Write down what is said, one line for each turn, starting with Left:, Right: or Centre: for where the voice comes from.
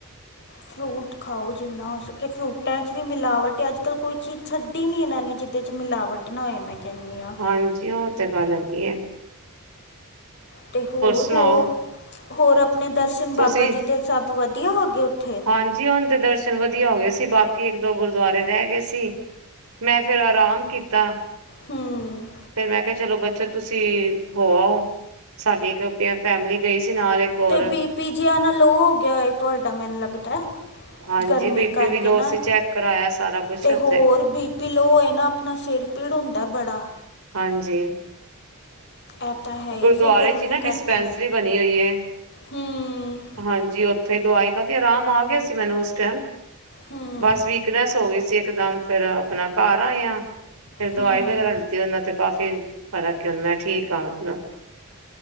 Left: ਫਰੂਟ ਖਾਓ ਜਿੰਨਾ ਹੋ ਸਕੇ ਫਰੂਟਾਂ 'ਚ ਵੀ ਮਿਲਾਵਟ ਹੈ ਅੱਜ ਕੱਲ੍ਹ, ਕੋਈ ਚੀਜ਼ ਛੱਡੀ ਨਹੀਂ ਇਹਨਾਂ ਨੇ ਕਿਤੇ। ਵਿੱਚ ਮਿਲਾਵਟ ਨਾ ਹੋਏ ਮੈਂ ਕਹਿੰਦੀ ਆਂ।
Right: ਹਾਂਜੀ, ਓਹ ਤੇ ਗੱਲ ਹੈਗੀ ਆ।
Left: ਅਤੇ ਹੋਰ
Right: ਸੁਣਾਓ
Left: ਹੋਰ, ਹੋਰ ਆਪਣੇ ਦਰਸ਼ਨ ਬਾਬਾ
Right: ਤੁਸੀਂ
Left: ਜੀ ਦੇ ਸਭ ਵਧੀਆ ਹੋ ਗਏ ਉੱਥੇ?
Right: ਹਾਂਜੀ ਹੁਣ ਤੇ ਦਰਸ਼ਨ ਵਧੀਆ ਹੋ ਗਏ ਸੀ, ਬਾਕੀ ਇੱਕ ਦੋ ਗੁਰਦੁਆਰੇ ਰਹਿ ਗਏ ਸੀ। ਮੈਂ ਫਿਰ ਆਰਾਮ ਕੀਤਾ।
Left: ਹੂੰ
Right: ਫ਼ਿਰ ਮੈਂ ਕਿਹਾ ਚਲੋ ਬੱਚ ਤੁਸੀਂ ਹੋ ਆਓ, ਸਾਡੀ ਇੱਕ ਫੈਮਿਲੀ ਗਈ ਸੀ ਨਾਲ ਹੋਰ
Left: ਤੇ ਬੀ ਪੀ ਜਿਹਾ ਨਾ ਲੋ ਹੋ ਗਿਆ ਤੁਹਾਡਾ, ਮੈਨੂੰ ਲੱਗਦਾ
Right: ਹਾਂਜੀ
Left: ਗਰਮੀ
Right: ਬੀ
Left: ਕਰਕੇ
Right: ਪੀ ਵੀ ਲੋ
Left: ਨਾ,
Right: ਸੀ ਚੈੱਕ ਕਰਾਇਆ ਸਾਰਾ ਕੁਛ
Left: ਤੇ
Right: ਉੱਥੇ
Left: ਹੋਰ ਬੀ ਪੀ ਲੋ ਹੋਏ ਨਾ ਆਪਣਾ, ਸਿਰ ਪੀੜ ਹੁੰਦਾ ਬੜਾ
Right: ਹਾਂਜੀ।
Left: ਇਹ ਤਾਂ ਹੈ ਹੀ
Right: ਗੁਰਦੁਆਰੇ
Left: ਫਿਰ ਗਰਮੀ
Right: 'ਚ ਨਾ
Left: ਕਰਕੇ
Right: ਡਿਸਪੈਂਸਰੀ ਬਣੀ ਹੋਈ ਹੈ।
Left: ਹੂੰ
Right: ਹਾਂਜੀ ਉੱਥੇ ਹੀ ਦਵਾਈ ਖਾਂ ਕੇ ਆਰਾਮ ਆ ਗਿਆ ਸੀ ਮੈਨੂੰ ਉਸ ਟਾਈਮ।
Left: ਹੂੰ
Right: ਬਸ ਵੀਕਨੈਸ ਹੋ ਗਈ ਸੀ ਇੱਕ ਦਮ ਫਿਰ ਆਪਣਾ ਘਰ ਆਏ ਹਾਂ, ਫਿਰ ਦਵਾਈ
Left: ਹੂੰ
Right: ਵਗੈਰਾ ਲਿੱਤੀ ਉਹਨਾਂ ਤੇ ਕਾਫ਼ੀ ਫਰਕ ਮੈਂ ਠੀਕ ਹਾਂ ਅਪਣਾ,